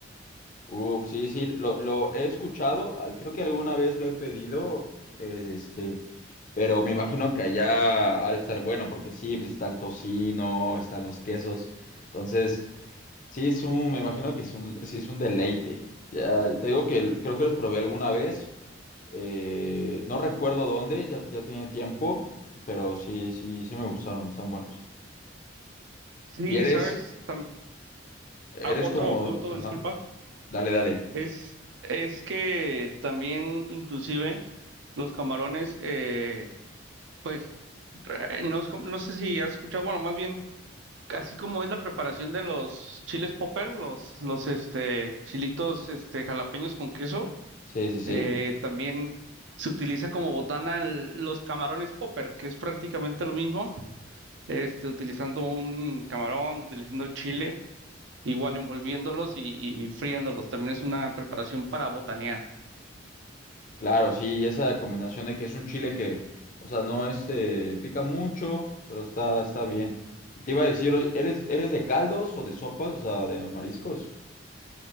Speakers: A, on the left; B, on the right.
A: Uf, sí, sí, lo, lo he escuchado, al- creo que alguna vez lo he pedido, eh, este, pero me imagino que allá ha de estar bueno, porque sí, pues está el tocino, están los quesos, entonces Sí, es un, me imagino que es un, sí, es un deleite. Ya, te digo que el- creo que los probé alguna vez. eh, no recuerdo dónde, ya, ya tiene tiempo, pero sí, sí, sí me gustaron, están buenos.
B: Sí,
A: Y eres,
B: ¿sabes? Tam-
A: eres
B: ah, otro
A: como,
B: punto,
A: ajá,
B: disculpa.
A: dale, dale.
B: Es, es que también inclusive los camarones, eh, pues, eh, no, es como- no sé si has escuchado, bueno, más bien, así como es la preparación de los chiles popper, los, los este, chilitos este, jalapeños con queso,
A: Sí, sí, sí.
B: eh, también se utiliza como botana el- los camarones popper, que es prácticamente lo mismo, este, utilizando un camarón, utilizando el chile, igual envolviéndolos y, y friéndolos. También es una preparación para botanear.
A: Claro, sí, y esa combinación de que es un chile que, o sea, no este, pica mucho, pero está, está bien. Y te iba a decir, ¿eres, eres de caldos o de sopas? O sea, de mariscos.